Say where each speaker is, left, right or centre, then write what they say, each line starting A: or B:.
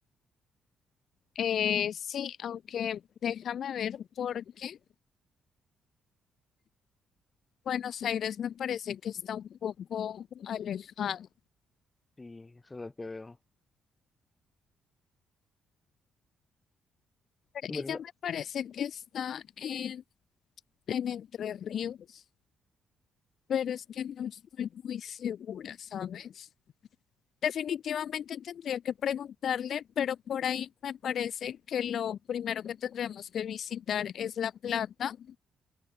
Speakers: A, on the left (about 60°); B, on the left (about 20°).
A: Eh, sí, aunque déjame ver porque Buenos Aires me parece que está un poco alejado.
B: Sí, eso es lo que veo.
A: Ella
B: Bueno,
A: me parece que está en, en Entre Ríos, pero es que no estoy muy segura, ¿sabes? Definitivamente tendría que preguntarle, pero por ahí me parece que lo primero que tendríamos que visitar es La Plata